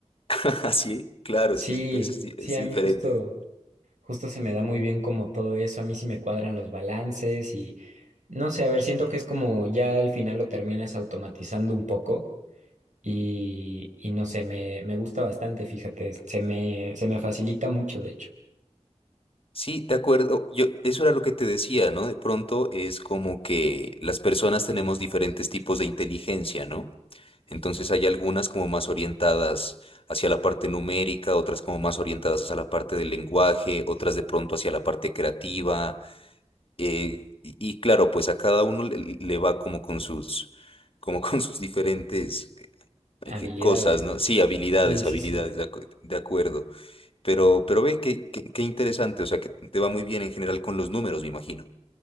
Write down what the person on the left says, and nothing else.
<laughs> así, claro,
es que es, es di-
es
diferente.
Sí, de acuerdo. Yo, eso era lo que te decía, ¿no? De pronto es como que las personas tenemos diferentes tipos de inteligencia, ¿no? Entonces hay algunas como más orientadas hacia la parte numérica, otras como más orientadas hacia la parte del lenguaje, otras de pronto hacia la parte creativa. eh, y, y claro, pues a cada uno le, le va como con sus, como con sus diferentes
eh, que- cosas, ¿no? Sí, habilidades,
habilidades,
de, acu- de acuerdo. Pero, pero ve qué, qué, qué interesante, o sea, que te va muy bien en general con los números, me imagino.